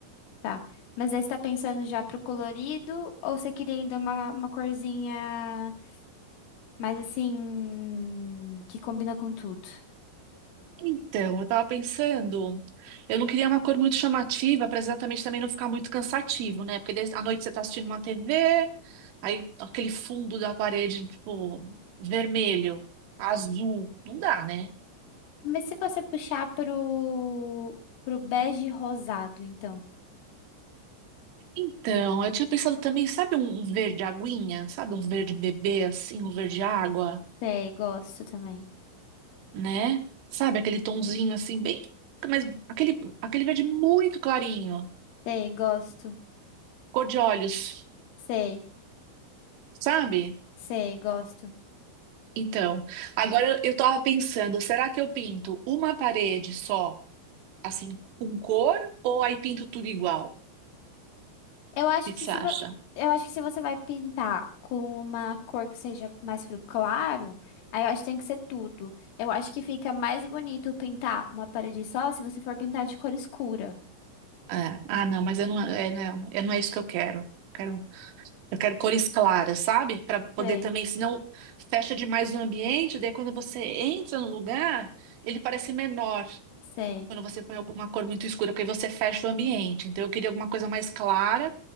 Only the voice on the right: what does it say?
Então, eu tava pensando, eu não queria uma cor muito chamativa para exatamente também não ficar muito cansativo, né? Porque desde- à noite você tá assistindo uma TV, aí aquele fundo da parede, tipo, vermelho, azul, não dá, né?
Então, eu tinha pensado também, sabe um um verde aguinha? Sabe um verde bebê, assim, um verde água?
né? Sabe aquele tonzinho assim, bem. Mas aquele, aquele verde muito clarinho,
cor de olhos,
sabe?
Então, agora eu eu tava pensando, será que eu pinto uma parede só, assim, com cor, ou aí pinto tudo igual? O
que que
você
acha?
É, Ah, não, mas eu não, é, não, é não é isso que eu quero. Quero, eu quero cores claras, sabe? Para poder
também, senão fecha demais no ambiente, daí quando você entra no lugar, ele parece menor.
quando você põe alguma cor muito escura, porque você fecha o ambiente. Então eu queria alguma coisa mais clara,